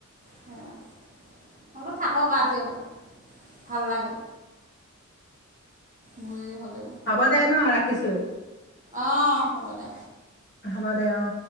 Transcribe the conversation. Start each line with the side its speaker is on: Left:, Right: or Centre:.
Right: সেইয়া, অলপ থাকক আও তেওঁ। ভাল লাগে বুঢ়ী হ'লেও।
Left: হ'ব দে ন ৰাখিছোঁ।
Right: অ' হ'ব দে।
Left: হ'ব দে অ'।